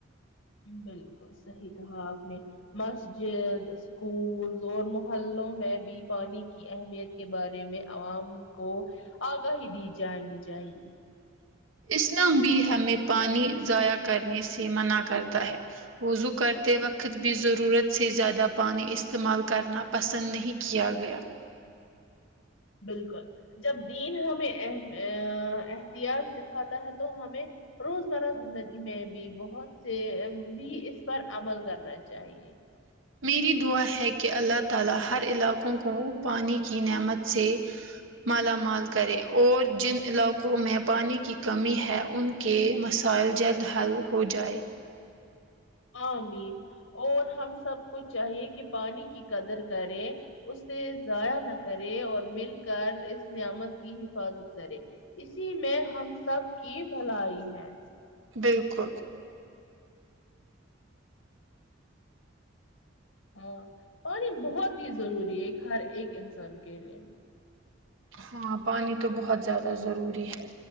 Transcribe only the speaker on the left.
بالکل صحیح کہا آپ نے مسجد اسکول اور محلوں میں بھی پانی کی کی اہمیت کے بارے میں عوام کو آگاہی دی جانی چاہیے
بالکل جب دین ہمیں ا اے احتیاط سکھاتا ہے تو ہمیں روزمرہ زندگی میں بھی بہت سے بھی اس پر عمل کرنا چاہیے
آمین اور ہم سب کو چاہیے کہ پانی کی قدر کریں اسے ضائع نہ کرے اور مل کر اس نعمت کی حفاظت کرے اسی میں ہم سب کی بھلائی ہے
ہاں پانی بہت ہی ضروری ہے ہر ایک انسان کے لیے